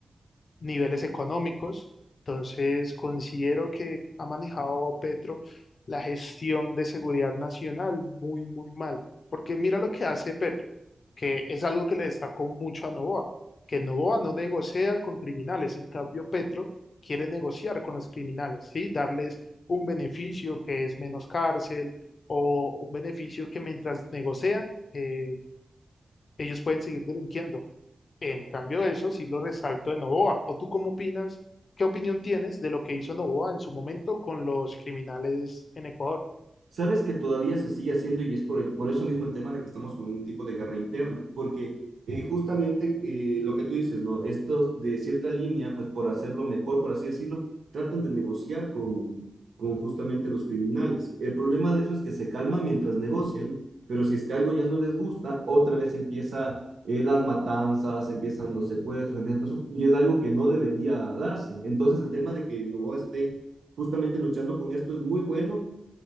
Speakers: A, on the left; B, on the right.
A: niveles económicos. Entonces, considero que ha manejado Petro la gestión de seguridad nacional muy, muy mal. Porque mira lo que hace Petro, que es algo que le destacó mucho a Novoa, que Novoa no negocia con criminales, en cambio Petro quiere negociar con los criminales, ¿sí? Darles un beneficio que es menos cárcel o un beneficio que mientras negocian, eh, ellos pueden seguir delinquiendo. En cambio, eso sí lo resalto de Novoa. ¿O tú cómo opinas? ¿Qué opinión tienes de lo que hizo Novoa en su momento con los criminales en Ecuador?
B: Sabes que todavía se sigue haciendo y es por, el, por eso mismo el tema de que estamos con un tipo de guerra interna, porque eh, justamente eh, lo que tú dices, ¿no? Estos de cierta línea, pues por hacerlo mejor, por así decirlo, tratan de negociar con, con justamente los criminales. El problema de eso es que se calman mientras negocian, pero si es que algo ya no les gusta, otra vez empieza eh, las matanzas, empiezan los secuestros, empieza todo eso, y es algo que no debería darse. Entonces el tema de que no esté justamente luchando con esto es muy bueno